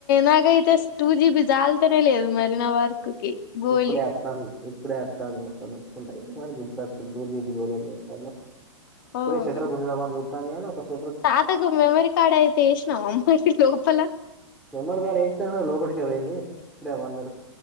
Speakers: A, on the left (about 40°); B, in the centre.
A: నాకైతే టూ జీబి జాలుతనే లేదు మర్ ఇనవార్కుకి గోలి
B: ఇప్పుడే వత్తాంది ఇప్పుడే వత్తాంది మొత్తం నచ్చుకుంటైతే మరి గుర్తొచ్చింది టూ జీబి మొబైల్ తెత్తాను ఇప్పుడే
A: అవునా
B: షెటర్ గుంజదామని జూ తమ నోకస్
A: తాతకు మెమరీ కార్డ్ అయితే వేసినావా మరి లోపల
B: మెమరీ కార్డ్ వేస్తే లోపడికి పోయింది ఇప్పుడేవ అన్నాడు